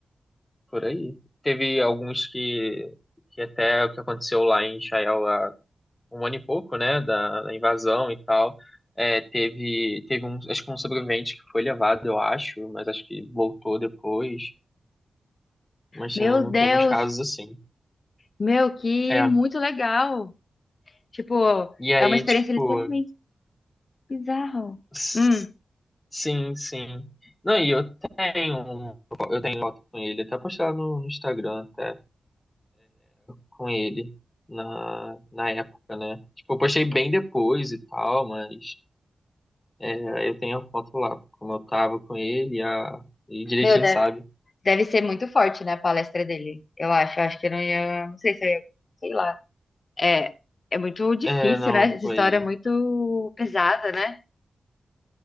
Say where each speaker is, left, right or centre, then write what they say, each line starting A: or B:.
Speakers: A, on the left; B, on the left.
A: por aí. Teve alguns que. Que até o que aconteceu lá em Israel um ano e pouco, né, da, da invasão e tal, é, teve, teve um, acho que um sobrevivente que foi levado, eu acho, mas acho que voltou depois, mas
B: Meu
A: tem, um-
B: Deus!
A: teve uns casos assim.
B: Meu, que
A: É,
B: muito legal! Tipo,
A: e aí,
B: é uma experiência
A: tipo,
B: literalmente bizarra.
A: s-
B: Hum.
A: sim, sim. Não, e eu tenho um com ele, até postei lá no, no Instagram, até, com ele, na, na época, né. Tipo, eu postei bem depois e tal, mas é, eu tenho a foto lá, como eu tava com ele, a, e direitinho,
B: Meu, deve,
A: sabe?
B: deve ser muito forte, né, a palestra dele. Eu acho, eu acho que eu não ia. Não sei se eu ia. Sei lá. É, é muito difícil,
A: É, não,
B: né? Essa
A: foi.
B: história é muito pesada, né?